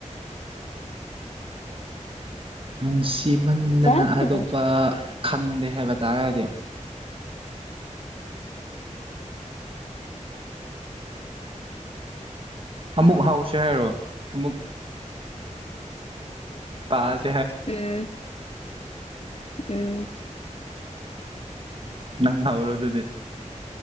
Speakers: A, on the right (about 45°); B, on the left (about 50°).
A: ꯅꯨꯡꯁꯤꯃꯟꯗꯅ
B: ꯐꯖꯅ
A: ꯍꯥꯏꯗꯣꯛꯄ
B: ꯅꯨꯡꯁꯤ
A: ꯈꯪꯗꯦ ꯍꯥꯏꯕ ꯇꯥꯔꯒꯗꯤ ꯑꯃꯨꯛ ꯍꯥꯎꯁꯦ ꯍꯥꯏꯔꯣ ꯑꯃꯨꯛ ꯄꯥꯁ
B: ꯎꯝ ꯎꯝ
A: ꯅꯪ ꯍꯧꯔꯣ ꯗꯨꯗꯤ